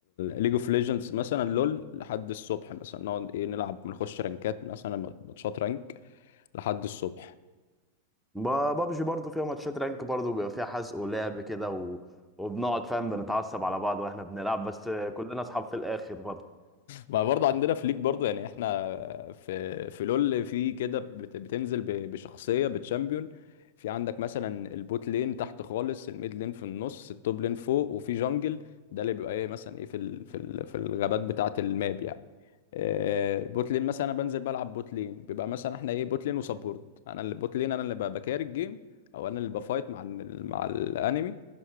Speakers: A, on the left; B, in the centre.
A: ليج اوف ليجندز مثلا لول لحد الصبح مثلا نقعد إيه نلعب بنخش رانكات مثلا ماتشات رانك لحد الصبح
B: ب- بابجي برضو فيها ماتشات رانك برضو بيبقى فيها حزق ولعب كده و... وبنقعد فاهم بنتعصب على بعض واحنا بنلعب بس آه، كلنا اصحاب في الاخر برضو
A: ما برضه عندنا فليك برضه يعني احنا في في لول في كده بت- بتنزل ب- بشخصيه بتشامبيون في عندك مثلا البوت لين تحت خالص الميد لين في النص التوب لين فوق وفي جانجل ده اللي بيبقى ايه مثلا ايه في ال في ال في الغابات بتاعه الماب يعني آه، البوت لين مثلا انا بنزل بلعب بوت لين بيبقى مثلا احنا ايه بوت لين وسبورت انا اللي بوت لين انا اللي ب- بكاري الجيم او انا اللي بفايت مع ال- مع الانمي